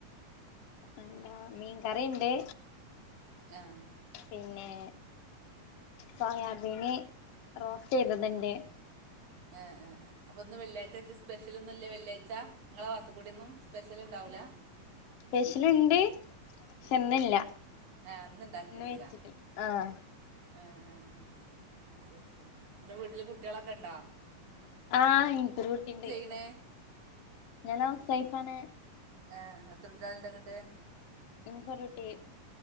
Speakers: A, on the left; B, on the right.
A: എന്താ മീൻകറിണ്ട്
B: ങ്
A: പിന്നെ സോയാബീന് റോസ്റ്റ് ചെയ്തതുണ്ട്
B: ഇഹ് ഇഹ് അപ്പൊന്ന് വെള്ളിയാഴ്ച ആയിട്ട് സ്പെഷ്യല് ഒന്നുംല്ല വെള്ളിയാഴ്ച്ച ങ്ങളെ ഭാഗത്ക്കൂടി ഒന്നും സ്പെഷ്യൽ ഇണ്ടാവൂല
A: സ്പെഷ്യൽ ഉണ്ട് ക്ഷെ ഇന്നില്ല
B: ആ ഇന്ന് ഇണ്ടാക്കിട്ടില്ല
A: വെച്ചിട്ടില്ല ആഹ്
B: ആ ആ ആ അത് ശരി അൻ്റെ വീട്ടില് കുട്ടിളൊക്കെ ഇണ്ടോ?
A: ആഹ് ഇൻകൊരു കുട്ടിണ്ട്.
B: ന്നേ.
A: ഞലോ സെയ്ഫാണ്.
B: ആഹ് എത്രുട്ടരാൾണ്ട്ങ്ങട്ട്?
A: <unintelligible>